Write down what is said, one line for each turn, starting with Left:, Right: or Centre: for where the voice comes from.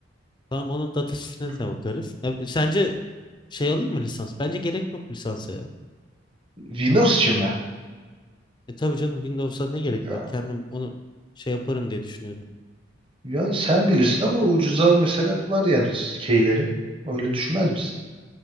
Left: tamam onun data sheet'ine
Right: Hı.
Left: de bakarız. Ya, sence şey alayım mı lisans? Bence gerek yok lisansa ya.
Right: Windows için mi?
Left: E tabii canım Windows'a ne gerek
Right: Ya,
Left: var? Kendim onu şey yaparım diye düşünüyorum.
Right: yani sen bilirsin ama ucuza mesela var ya keyleri. Öyle düşünmez misin?